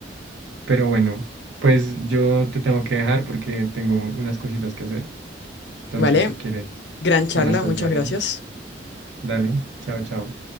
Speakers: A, on the right (about 85°); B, on the left (about 65°).
A: Pero bueno, pues yo te tengo que dejar porque tengo unas cositas que hacer. Entonces,
B: Vale,
A: si quieres,
B: gran charla,
A: más tarde
B: muchas
A: hablamos.
B: gracias.
A: Dale, chao, chao.